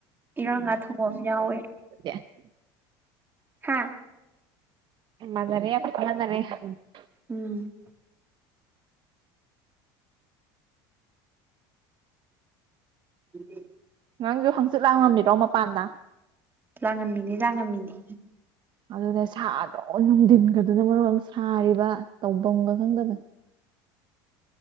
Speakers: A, on the right; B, on the right.
A: ꯏꯔꯥꯡ ꯉꯥ ꯊꯣꯡꯕ ꯑꯝ ꯌꯥꯎꯋꯦ
B: <unintelligible>
A: ꯍꯥꯥ
B: <unintelligible>
A: ꯎꯝ <unintelligible>
B: ꯅꯪꯖꯨ ꯍꯪꯆꯤꯠ ꯂꯥꯡꯉꯝꯃꯤꯔꯣ ꯃꯄꯥꯟꯗ
A: ꯂꯥꯡꯉꯝꯃꯤꯅꯤ ꯂꯥꯡꯉꯝꯃꯤꯅꯤ
B: ꯑꯗꯨꯗ ꯁꯥꯗ꯭ꯔꯣ ꯅꯨꯡꯊꯤꯟꯒꯗꯨꯅ ꯃꯔꯣꯟꯑꯝ ꯁꯥꯔꯤꯕ ꯇꯧꯕꯝꯒ ꯈꯪꯗꯕꯅꯤ